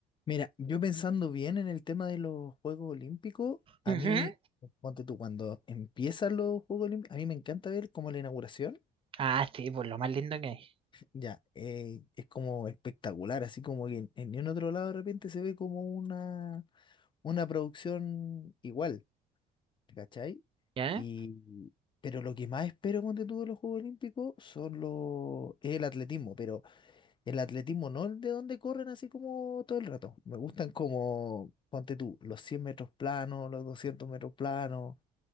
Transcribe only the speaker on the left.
Mira, yo pensando bien en el tema de los Juegos Olímpicos, a
mí, ponte tú, cuando empiezan los Juegos Olímpicos, a mí me encanta ver como la inauguración,
ya, eh, es como espectacular, así como que en, en ningún otro lado de repente se ve como una, una producción igual, ¿cachai?
Y, pero lo que más espero, ponte tú, de los Juegos Olímpicos son los, es el atletismo, pero El atletismo no es de donde corren así como todo el rato. Me gustan como, ponte tú, los 100 metros planos, los 200 metros planos.